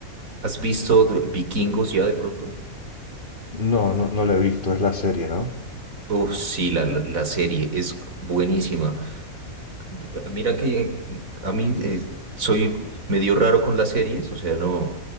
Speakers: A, on the right; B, on the left.
A: ¿Has visto de- Vikingos ya de pronto?
B: No, no, no la he visto, es la serie, ¿no?
A: Oh, sí, la, la la serie es buenísima. B- Mira que eh, a mí eh, soy medio raro con las series, o sea, no,